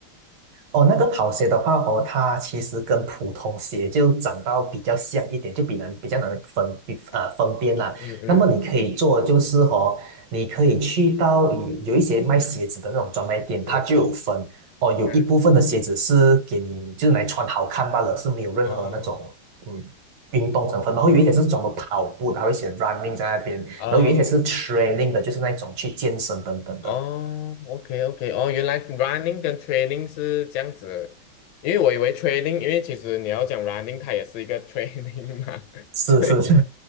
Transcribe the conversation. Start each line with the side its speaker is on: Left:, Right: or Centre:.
Right: 哦，那个跑鞋的话哦，它其实跟普通鞋就长到比较像一点，就比难比较难分比啊、
Left: 嗯
Right: 分辨啦。
Left: 嗯嗯，
Right: 那么你可以做就是哦，你可以去到有有一些卖鞋子的那种专卖店，它就有分哦，
Left: 是
Right: 有一部分的鞋子是给你就是来穿好看罢了，
Left: 嗯，
Right: 是没有任何那种嗯运动成分。
Left: 哦
Right: 然后有一些是专门跑步的，还会写 running 在那边，
Left: 哦
Right: 然后有一些是 training 的，就是那种去健身等等的。
Left: 哦，OK OK，哦，原来 running 跟 training 是这样子，因为我以为 training，因为其实你要讲 running，它也是一个 <laughs> training 嘛，<laughs>
Right: 是是是，
Left: 所以